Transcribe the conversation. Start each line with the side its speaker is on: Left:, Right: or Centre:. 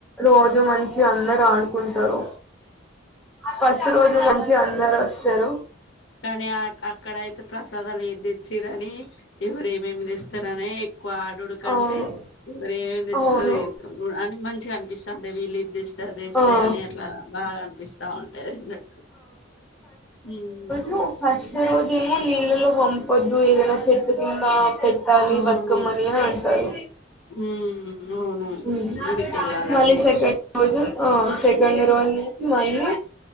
Centre: రోజు మంచిగ అందరు ఆడుకుంటారు ఫస్ట్ రోజు మంచి గా అందరు స్తారు
Left: కానీ అక్కడ అయితే ప్రసాదాలు ఏందిచ్చిరని ఎవరు ఏమేమి చేస్తారనే ఏక్కువ ఆడుడుకంటే
Centre: అవును
Left: ఎవర ఏమి తెచ్చిరా
Centre: అవును
Left: అని మంచిగా అనిపిస్తంది వెళ్ళు ఇది తెచ్చి తీస్తే
Centre: ఆ
Left: అని అట్లా బాగా అనిపిస్తాఉంటది అన్నట్టు ఉమ్
Centre: నో ఫస్ట్ రోజ్ కేమో నీళ్ళలో పంపొద్దు ఏదైనా చెట్టు కింద పెట్టాలి
Left: అవును
Centre: బతుకమ్మని అనీ అంటారు
Left: ఉమ్ అవును
Centre: ఉమ్
Left: గుడికి వెళ్ళాలా
Centre: మళ్ళీ
Left: రోజు
Centre: సెకండ్ రోజు ఆ సెకండ్ రోజు నుంచి మళ్ళీ